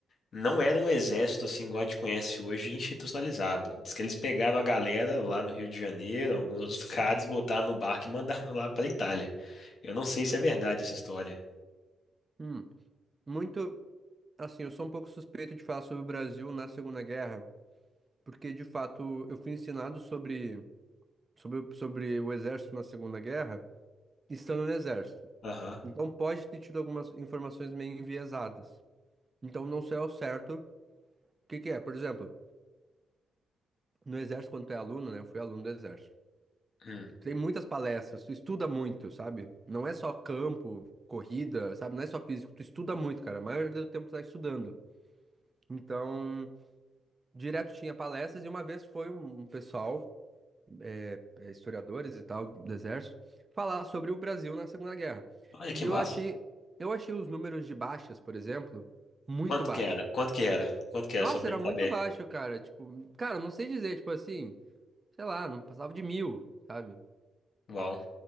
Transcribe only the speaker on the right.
Hum, muito. Assim, eu sou um pouco suspeito de falar sobre o Brasil na Segunda Guerra, porque de fato eu fui ensinado sobre, sobre, sobre o exército na Segunda Guerra, estando no exército.
Então pode ter tido algumas informações meio enviesadas. Então não sei ao certo o que que é. Por exemplo, no exército, quando tu é aluno, né? Eu fui aluno do exército.
Tem muitas palestras, tu estuda muito, sabe? Não é só campo, corrida, sabe? Não é só físico, tu estuda muito, cara. A maioria do tempo tu tá estudando. Então, direto tinha palestras e uma vez foi um pessoal. eh, historiadores e tal do exército falar sobre o Brasil na Segunda Guerra.
E eu
achei, eu achei os números de baixas, por exemplo, muito
baixo.
Nossa,
era
muito
baixo, cara. Tipo, cara, não sei dizer, tipo assim, sei lá, não passava de mil, sabe?